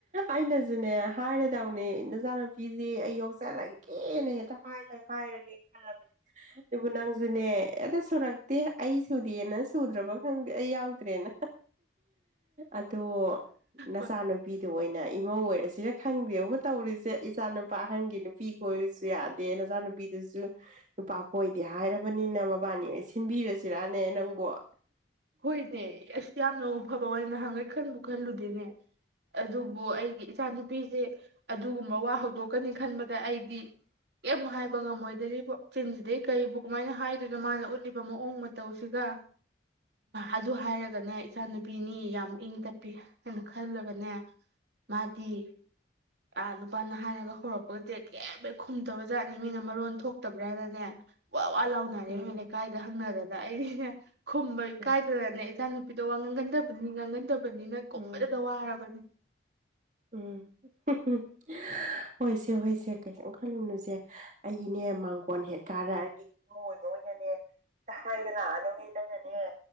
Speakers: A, on the right; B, on the right.
A: ꯑꯩꯅꯖꯨꯅꯦ ꯍꯥꯏꯔꯗꯧꯅꯦ ꯅꯆꯥ ꯅꯆꯨ ꯄꯤꯅꯧꯑꯩ ꯌꯧꯖꯔꯛꯒꯦꯅ ꯍꯦꯛꯇ ꯍꯥꯏꯔ ꯍꯥꯏꯔꯒꯦ ꯈꯜꯂꯕꯅꯦ ꯑꯗꯨꯕꯨ ꯅꯪꯁꯨꯅꯦ ꯑꯛꯇ ꯁꯨꯔꯛꯇꯦ ꯑꯩ ꯁꯨꯗꯦꯅ ꯁꯨꯗ꯭ꯔꯕ ꯈꯪꯗꯦ ꯑꯩ ꯌꯥꯎꯗ꯭ꯔꯦꯅ ꯑꯗꯣ ꯅꯆꯥꯥꯅ
B: ꯍꯣꯏ
A: ꯑꯣꯏꯅ ꯏꯃꯧ ꯑꯣꯏꯔꯁꯤꯔ ꯈꯪꯗꯦꯕꯨ ꯇꯧꯔꯤꯁꯦ ꯏꯆꯥ ꯅꯨꯄꯥ ꯑꯍꯟꯒꯤ ꯅꯨꯄꯤ ꯀꯣꯏꯔꯁꯨ ꯌꯥꯗꯦ ꯅꯆꯥ ꯅꯨꯨꯄꯤꯗꯨꯁꯨ ꯅꯨꯄꯥ ꯀꯣꯏꯗꯦ ꯍꯥꯏꯔꯕꯅꯤꯅ ꯃꯕꯥꯅꯤ ꯑꯣꯏꯅ ꯁꯤꯟꯕꯤꯔꯁꯤꯔꯅꯦ ꯅꯪꯕꯨꯣ
B: ꯍꯣꯏꯅꯦ ꯑꯁ ꯌꯥꯝꯅꯕꯨ ꯑꯐꯕ ꯑꯣꯏꯅ ꯅꯍꯥꯡꯈꯩ ꯈꯟꯕꯨ ꯈꯜꯂꯨꯗꯦꯅꯦ ꯑꯗꯨ ꯑꯗꯨꯕꯨ ꯑꯩꯒꯤ ꯏꯆꯥ ꯅꯨꯨꯄꯤꯁꯦ ꯑꯗꯨꯒꯨꯝꯕ ꯋꯥ ꯍꯧꯗꯣꯛꯀꯅꯤ ꯈꯟꯕꯗ ꯑꯩꯗꯤ ꯀꯩꯝ ꯍꯥꯏꯕ ꯉꯝꯃꯣꯏꯗꯔꯤꯕꯣ ꯆꯤꯟꯁꯤꯗꯩ ꯀꯔꯤꯕꯨ ꯀꯃꯥꯏꯅ ꯍꯥꯏꯗꯣꯏꯅꯣ ꯃꯥꯅ ꯎꯠꯂꯤꯕ ꯃꯑꯣꯡ ꯃꯇꯧꯁꯤꯒ ꯑꯗꯨ ꯍꯥꯏꯔꯒꯅꯦ ꯏꯆꯥꯅꯨꯄꯤꯅꯤ ꯌꯥꯝ ꯏꯪ ꯇꯞꯄꯤ ꯍꯥꯏꯅ ꯈꯜꯂꯒꯅꯦ ꯃꯥꯗꯤ ꯑꯥ ꯅꯨꯄꯥꯅ ꯅꯍꯥꯅ ꯍꯧꯔꯛꯄꯒꯖꯦ ꯀꯔꯤ ꯍꯦꯛ ꯈꯨꯝꯗꯕ ꯖꯥꯠꯅꯤ ꯃꯤꯅ ꯃꯔꯣꯟ ꯊꯣꯛꯇꯕ꯭ꯔꯥꯅꯅꯦ ꯋꯥ ꯂꯥꯎꯅꯔꯤ
A: ꯎꯝ
B: ꯂꯩꯀꯥꯏꯗ ꯍꯪꯅꯗꯅ ꯑꯩꯗꯤ <unintelligible> ꯈꯨꯝ
A: ꯎꯝ
B: ꯀꯥꯏ ꯗꯧꯔꯅꯦ ꯏꯆꯥ ꯄꯗꯣ ꯋꯥ ꯉꯪꯒꯟꯗꯕꯅꯤ ꯉꯪꯒꯟꯗꯕ ꯕꯅꯤꯅ ꯀꯨꯝꯕꯗꯇ
A: ꯎꯝ
B: ꯋꯥꯔꯕꯅꯦ
A: ꯎꯝ ꯍꯨꯝ ꯍꯨꯝ ꯍꯣꯏꯁꯦ ꯍꯣꯏꯁꯦ ꯀꯩꯝ ꯈꯜꯂꯨꯅꯨꯁꯦ ꯑꯩꯅꯦ ꯃꯥꯡꯒꯣꯟ ꯍꯦꯛ ꯀꯥꯔꯛꯑꯒꯦ ꯏꯃꯧꯑꯣꯏꯕ ꯑꯣꯏꯅꯅꯦ ꯍꯦꯛꯇ ꯍꯥꯏꯕ ꯂꯥꯛꯑꯗꯧꯅꯦ ꯅꯪꯅꯅꯦ